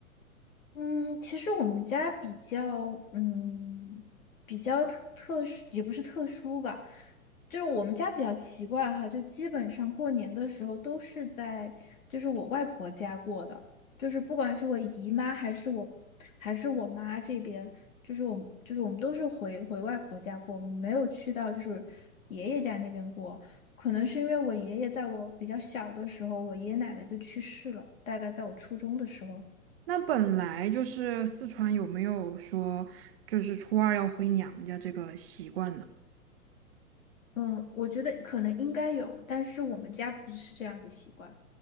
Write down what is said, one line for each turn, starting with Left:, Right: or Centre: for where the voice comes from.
Left: 嗯，其实我们家比较，嗯，比较特特殊，也不是特殊吧，就是我们家比较奇怪哈，就基本上过年的时候都是在，就是我外婆家过的，就是不管是我姨妈还是我，还是我妈这边，就是我们就是我们都是回回外婆家过，没有去到就是爷爷家那边过，可能是因为我爷爷在我比较小的时候，我爷爷奶奶就去世了，大概在我初中的时候。
Right: 那本来就是四川有没有说就是初二要回娘家这个习惯呢？
Left: 嗯，我觉得可能应该有，但是我们家不是这样的习惯。